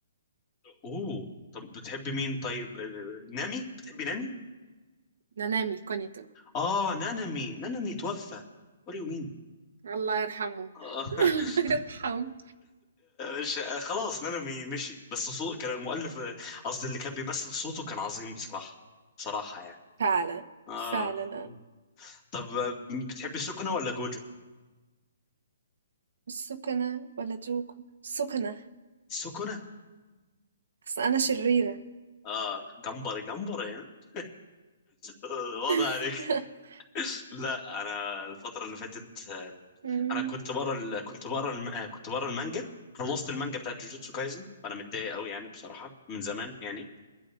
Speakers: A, on the left (about 20°); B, on the right (about 70°).
A: اوه طب بتحبي مين طيب آه، نامي بتحبي نامي
B: نانامي كونيتو
A: اه نانامي نانامي توفى what do you mean
B: الله يرحمه
A: <laughs>
B: <laughs> الله يرحمه
A: مش آه، خلاص نانومي مشي بس صوت كان المؤلف آه، قصدي اللي كان بيمثل صوته كان عظيم بصراحة بصراحة يعني
B: فعلا
A: اه
B: فعلا أنا
A: طب بتحبي سكنة ولا جوجو
B: السكنة ولا جوكو السكنة
A: سكنة
B: أصل أنا شريرة
A: اه جمبري جمبري ها؟ <laughs> آه، واضح عليك
B: <laughs>
A: لا انا الفترة اللي فاتت آه،
B: مم.
A: انا كنت بقرا ال- كنت بقرا الم... آه، كنت بقرا المانجا خلصت المانجا بتاعت جوجوتسو كايزن فانا متضايق قوي يعني بصراحة من زمان يعني